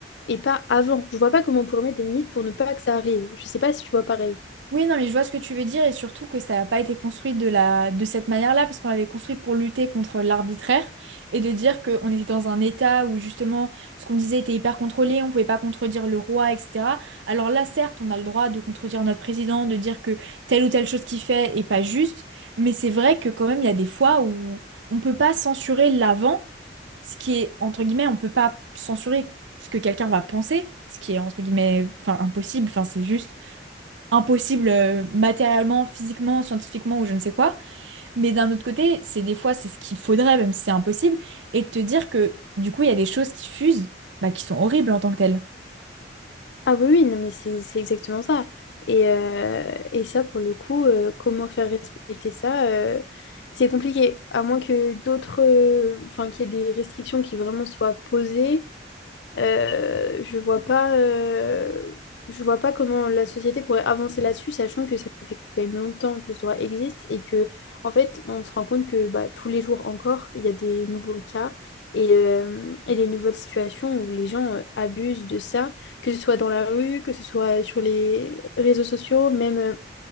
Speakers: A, on the left (about 70°); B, on the right (about 85°).
A: et pas avant. Je vois pas comment on pourrait mettre des limites pour ne pas que ça arrive. Je sais pas si tu vois pareil.
B: Oui, non, mais je vois ce que tu veux dire et surtout que ça n'a pas été construit de la... de cette manière-là parce qu'on l'avait construit pour lutter contre l'arbitraire et de dire qu'on était dans un état où justement ce qu'on disait était hyper contrôlé, on pouvait pas contredire le roi, etc. Alors là, certes, on a le droit de contredire notre président, de dire que telle ou telle chose qu'il fait est pas juste, mais c'est vrai que quand même, il y a des fois où on peut pas censurer l'avant, ce qui est, entre guillemets, on peut pas censurer ce que quelqu'un va penser, ce qui est, entre guillemets, enfin, impossible, enfin, c'est juste impossible euh, matériellement, physiquement, scientifiquement ou je ne sais quoi. Mais d'un autre côté, c'est des fois, c'est ce qu'il faudrait, même si c'est impossible, et de te dire que du coup, il y a des choses qui fusent, bah, qui sont horribles en tant que telles.
A: Ah oui, oui, non, mais c'est c'est exactement ça. Et, euh, et ça, pour le coup, euh, comment faire respecter ça, euh, c'est compliqué. À moins que d'autres, euh, enfin, qu'il y ait des restrictions qui vraiment soient posées, euh, je vois pas, euh, je vois pas comment la société pourrait avancer là-dessus, sachant que ça fait quand même longtemps que ce droit existe et que, en fait, on se rend compte que bah, tous les jours encore, il y a des nouveaux cas et, euh, et des nouvelles situations où les gens euh, abusent de ça, que ce soit dans la rue, que ce soit sur les réseaux sociaux, même. euh,